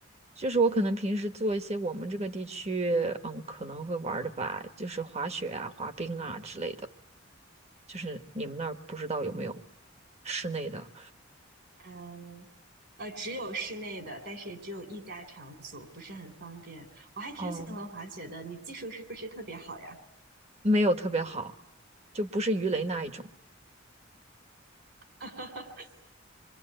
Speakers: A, on the right (about 35°); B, on the right (about 60°).
A: 就是我可能平时做一些我们这个地区，嗯，可能会玩儿的吧，就是滑雪啊、滑冰啊之类的。就是你们那儿不知道有没有室内的？
B: 呃呃只有室内的，但是也只有一家场所，不是很方便。我还挺喜欢滑雪的，
A: 哦，
B: 你技术是不是特别好呀？
A: 没有特别好，就不是鱼雷那一种。
B: <laughs>